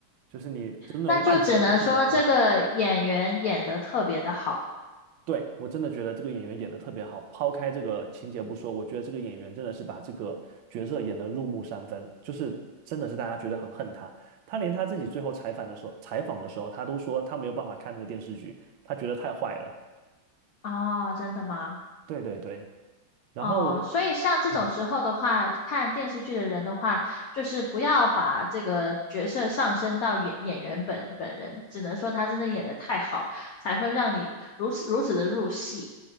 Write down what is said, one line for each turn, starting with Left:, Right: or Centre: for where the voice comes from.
Right: 就是你就是那种万劫不复的境地。
Left: 那就只能说这个演员演的特别的好
Right: 对，我真的觉得这个演员演的特别好，抛开这个情节不说，我觉得这个演员真的是把这个角色演得入木三分，就是真的是大家觉得很恨他。他连他自己最后采访的时候，采访的时候，他都说他没有办法看那个电视剧，他觉得太坏了。
Left: 啊，真的吗？
Right: 对对对。然后，
Left: 哦，所以像这种时候的话，
Right: 嗯，
Left: 看电视剧的人的话，就是不要把这个角色上升到演演员本本人，只能说他真的演的太好，才会让你如此如此的入戏。